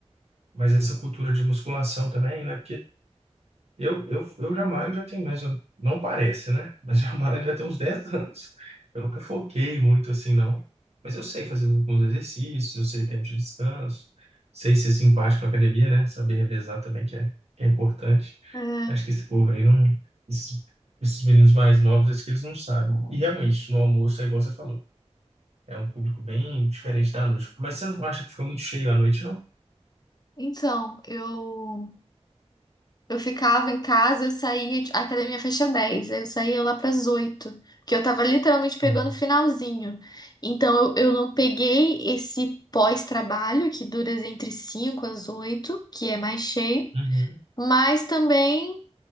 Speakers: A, on the right; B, on the left.
A: mas essa cultura de musculação também, né? Eu, eu, eu jamais já tenho mais, ou- não parece, né? <laughs> Mas jamais já tem uns 10 anos. Eu nunca foquei muito assim, não. Mas eu sei fazer alguns exercícios, eu sei tempo de descanso, sei ser simpático na academia, né? Saber revezar também, que é, que é importante.
B: é.
A: Acho que esse povo aí não. Esses, esses meninos mais novos, acho que eles não sabem. E realmente, no almoço é igual você falou. É um público bem diferente da noite. Mas você não acha que fica muito cheio à noite, não?
B: Então, eu. Eu ficava em casa, eu saía, tipo, a academia fecha 10, aí eu saía lá para as 8, porque eu tava literalmente pegando
A: Não.
B: o finalzinho. Então eu, eu não peguei esse pós-trabalho, que dura entre 5 às 8, que é mais cheio,
A: Uhum.
B: mas também